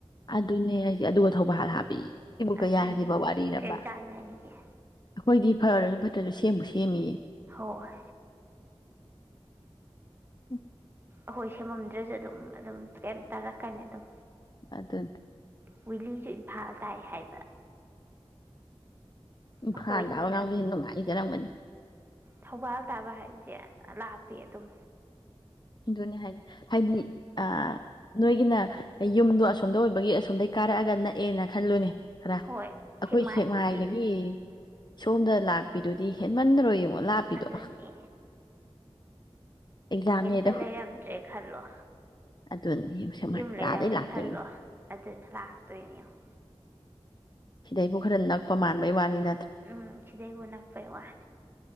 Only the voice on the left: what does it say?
ꯑꯗꯨꯅꯦ ꯑꯗꯨꯒ ꯊꯧꯕ ꯕꯥꯜ ꯍꯕꯤ <unintelligible> ꯏꯕꯨꯛ ꯀꯌꯥꯔꯤꯕ
ꯋꯥꯔꯤꯔꯕ
ꯑꯩꯈꯣꯏꯗꯤ ꯐꯔꯁꯨ ꯐꯠꯇ꯭ꯔꯁꯨ ꯁꯤ ꯁꯦꯝꯕꯨ ꯁꯦꯝꯃꯤꯌꯦ
<inaudible>
ꯑꯗꯨꯗ
ꯏꯝꯐꯥꯜ
ꯇꯥꯕ ꯀꯥꯡꯒꯨꯗꯤ ꯅꯨꯡꯉꯥꯏꯖꯔꯝꯒꯅꯤ
ꯑꯗꯨꯅꯦ ꯍꯥꯏꯗꯤ ꯍꯥꯏꯗꯤ ꯑꯥ ꯅꯣꯏꯒꯤꯅ ꯌꯨꯝꯗꯣ ꯑꯁꯣꯝꯗ ꯑꯣꯏꯕꯒꯤ ꯑꯁꯣꯝꯗꯒꯤ ꯀꯥꯔꯛꯑꯒ ꯅꯛꯑꯦꯅ ꯈꯜꯂꯨꯅꯦ ꯈꯔ
ꯑꯩꯈꯣꯏ
ꯁꯦꯛꯃꯥꯏꯗꯒꯤ ꯁꯣꯝꯗ ꯂꯥꯛꯄꯤꯗꯨꯗꯤ ꯍꯦꯟꯃꯟꯗ꯭ꯔꯣ ꯌꯦꯡꯉꯣ ꯂꯥꯞꯄꯤꯗꯣ
ꯑꯦꯛꯖꯝꯅꯦ
ꯑꯗꯨꯅꯤ ꯌꯦꯡꯉꯨ ꯁꯦꯛꯃꯥꯏ
ꯑꯥꯗꯩ ꯂꯥꯛꯇꯣꯔꯤꯅꯤ
ꯁꯤꯗꯩꯕꯨ ꯈꯔ ꯅꯛꯄ ꯃꯥꯟꯕꯩ ꯋꯥꯅꯤꯅ